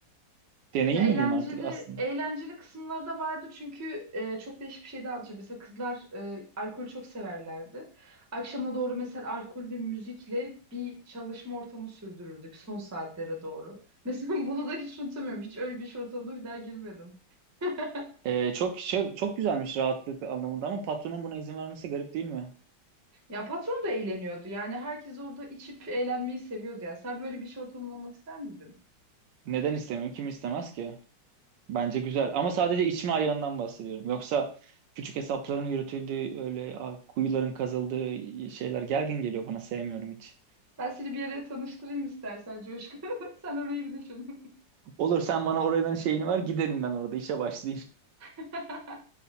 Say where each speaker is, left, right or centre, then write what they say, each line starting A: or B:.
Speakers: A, on the right; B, on the right.
A: Deneyim
B: Ya eğlenceli
A: mi diyeyim artık aslında.
B: eğlenceli kısımları da vardı çünkü e, çok değişik bir şey daha anlatacağım. Mesela kızlar e, alkolü çok severlerdi. Akşama doğru mesela alkol ve müzikle bir çalışma ortamı sürdürürdük son saatlere doğru. Mesela <laughs> bunu da hiç unutamıyorum. Hiç öyle bir iş ortamına bir daha girmedim. <laughs>
A: E, çok şey- çok güzelmiş rahatlık anlamında ama patronun buna izin vermesi garip değil mi?
B: Ya patron da eğleniyordu. Yani herkes orada içip eğlenmeyi seviyordu ya. Sen böyle bir iş ortamında olmak ister miydin?
A: Neden istemiyorum? Kim istemez ki? Bence güzel. Ama sadece içme ayağından bahsediyorum. Yoksa küçük hesapların yürütüldüğü, öyle a, kuyuların kazıldığı şeyler gergin geliyor bana. Sevmiyorum hiç.
B: Ben seni bir yere tanıştırayım istersen Coşku. <laughs> Sen orayı bir düşün.
A: Olur sen bana oranın şeyini ver giderim ben orada işe başlayayım.
B: <laughs>